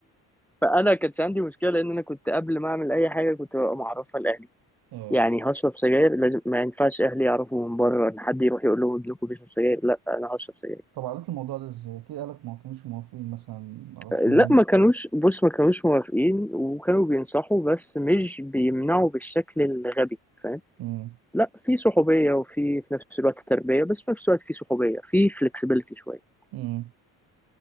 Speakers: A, in the centre; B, on the right.
A: فانا كانت عندي مشكله لان انا كنت قبل ما اعمل اي حاجه كنت ببقى معرفها لاهلي
B: اه
A: يعني
B: فاهم.
A: هشرب سجاير لازم ما ينفعش اهلي يعرفوا من بره ان حد يروح يقول لهم ابنكم بيشرب سجاير لا انا هشرب سجاير
B: طب عملت الموضوع ده ازاي؟ اكيد اهلك ما كانوش موافقين مثلا على طول
A: لا ما كانوش بص ما كانوش موافقين وكانوا بينصحوا بس مش بيمنعوا بالشكل الغبي فاهم
B: امم
A: لا في صحوبية وفي في نفس الوقت تربية بس في نفس الوقت في صحوبية في فلكسبيليتي شوية
B: امم